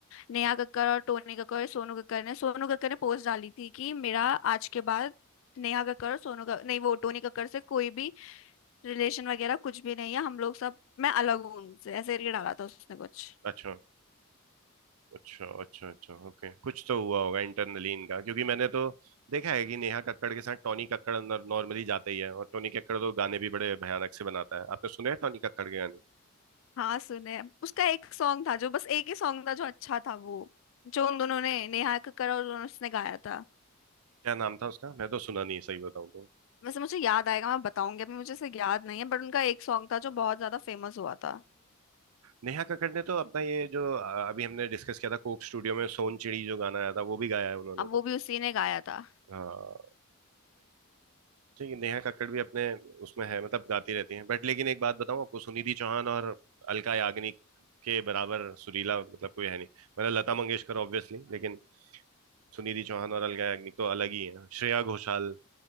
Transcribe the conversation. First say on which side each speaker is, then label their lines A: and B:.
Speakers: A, on the left; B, on the right.
A: नेहा कक्कर और टोनी कक्कर और सोनू कक्कर ने सोनू कक्कर ने पोस्ट डाली थी कि मेरा आज के बाद नेहा कक्कर और सोनू कक्कर नहीं वो टोनी कक्कर से कोई भी रिलेशन वगैरह कुछ भी नहीं है हम लोग सब मैं अलग हूँ उनसे ऐसे करके डाला था उसने कुछ
B: अच्छा अच्छा अच्छा अच्छा ओके कुछ तो हुआ होगा इंटरनली इनका क्योंकि मैंने तो देखा है कि नेहा कक्कड़ के साथ टॉनी कक्कड़ अंदर नॉर्मली जाता ही है और टॉनी कक्कड़ तो गाने भी बड़े भयानक से बनाता है आपने सुने हैं टॉनी कक्कड़ के गाने
A: हाँ सुने उसका एक सॉन्ग था जो बस एक ही सॉन्ग था जो अच्छा था वो जो उन दोनों ने नेहा कक्कड़ और उन्होंने- उसने गाया था
B: क्या नाम था उसका मैं तो सुना नहीं है सही बताऊं तो
A: वैसे मुझे याद आएगा मैं बताऊंगी अभी मुझे इसे याद नहीं है बट उनका एक सॉन्ग था जो बहुत ज्यादा फेमस हुआ था
B: नेहा कक्कड़ ने तो अपना ये जो अ, अभी हमने डिस्कस किया था कोक स्टूडियो में सोन चिड़ी जो गाना आया था वो भी गाया है उन्होंने
A: अब वो
B: तो
A: भी उसी ने गाया था
B: हाँ ठीक है नेहा कक्कड़ भी अपने उसमें है मतलब गाती रहती हैं बट लेकिन एक बात बताऊं आपको सुनिधि चौहान और अलका याग्निक के बराबर सुरीला मतलब कोई है नहीं मतलब लता मंगेशकर ऑब्वियसली लेकिन सुनिधि चौहान और अलका याग्निक तो अलग ही है श्रेया घोषाल